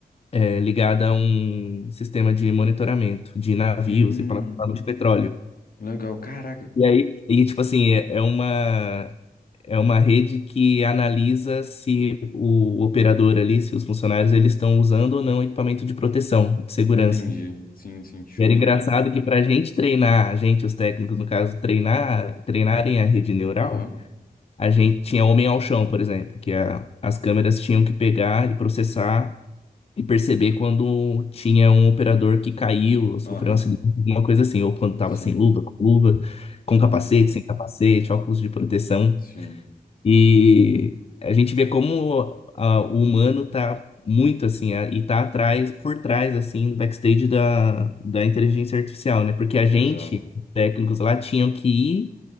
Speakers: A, on the left; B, on the left.
A: é, ligada a um sistema de monitoramento de navios
B: Hum,
A: e plataforma de petróleo.
B: legal. Caraca,
A: E aí, e tipo assim, é é uma é uma rede que analisa se o operador ali, se os funcionários eles estão usando ou não equipamento de proteção, de segurança.
B: entendi. Sim, sim, show
A: E era engraçado
B: demais, cara.
A: que para a gente treinar, a gente, os técnicos no caso, treinar, treinarem a rede neural,
B: Aham,
A: a gente tinha homem ao chão, por exemplo, que a- as câmeras tinham que pegar e processar e perceber quando tinha um operador que caiu, sofreu
B: aham,
A: um acidente, alguma coisa assim, ou quando estava
B: sim,
A: sem luva, com luva, com capacete,
B: perfeito.
A: sem capacete, óculos de proteção.
B: Sim,
A: E a gente vê como ah, o humano tá muito assim, ah, e tá atrás, por trás, assim, do backstage da, da inteligência artificial, né? Porque a gente,
B: exato.
A: técnicos lá, tinham que ir